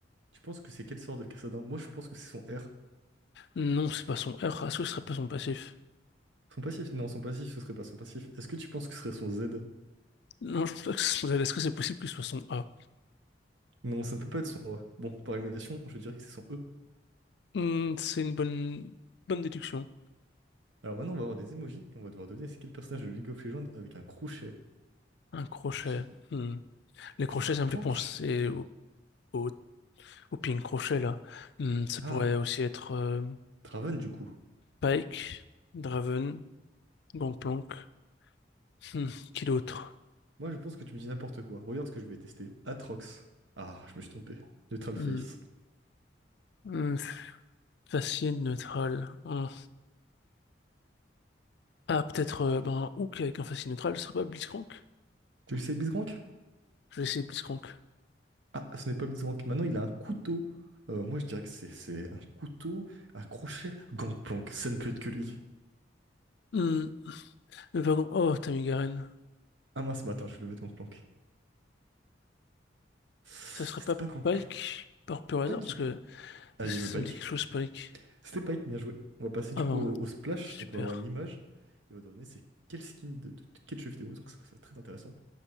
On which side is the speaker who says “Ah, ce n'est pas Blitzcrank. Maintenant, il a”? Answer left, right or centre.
Right